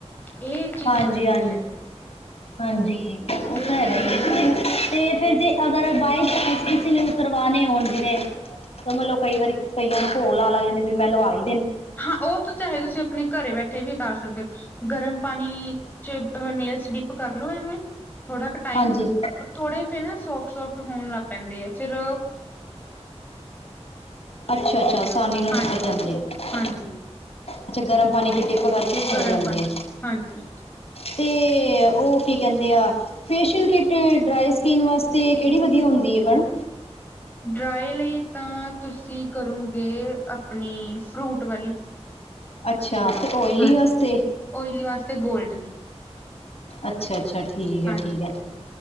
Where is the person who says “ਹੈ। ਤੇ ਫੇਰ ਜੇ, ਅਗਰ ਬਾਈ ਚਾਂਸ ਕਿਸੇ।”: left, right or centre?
Left